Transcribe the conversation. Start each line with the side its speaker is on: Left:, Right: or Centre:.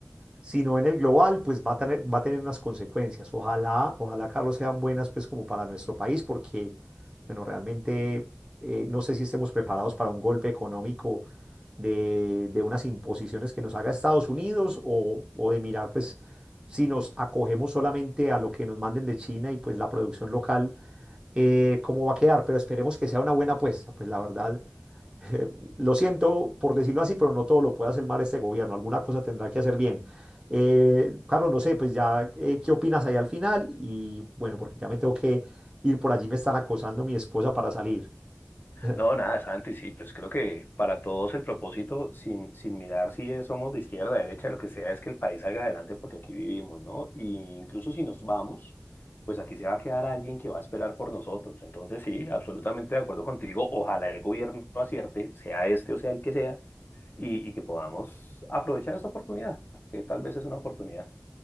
Right: sino en el global, pues va a tener, va a tener unas consecuencias. Ojalá, ojalá, Carlos, sean buenas, pues como para nuestro país, porque, bueno, realmente eh, no sé si estemos preparados para un golpe económico de, de unas imposiciones que nos haga Estados Unidos o, o de mirar, pues, si nos acogemos solamente a lo que nos manden de China y pues la producción local, eh, cómo va a quedar. Pero esperemos que sea una buena apuesta, pues la verdad eh, lo siento por decirlo así, pero no todo lo puede hacer mal este gobierno, alguna cosa tendrá que hacer bien. Eh, Carlos, no sé, pues ya, eh, ¿qué opinas ahí al final? Y bueno, porque ya me tengo que ir por allí, me están acosando mi esposa para salir. <laughs>
Left: No, nada, Santi, sí, pues creo que para todos el propósito, sin, sin mirar si es- somos de izquierda, derecha, lo que sea, es que el país salga adelante porque aquí vivimos, ¿no? Y incluso si nos vamos, pues aquí se va a quedar alguien que va a esperar por nosotros. Entonces, sí, absolutamente de acuerdo contigo. Ojalá el gobierno acierte, sea este o sea el que sea, y, y que podamos aprovechar esta oportunidad, que tal vez es una oportunidad.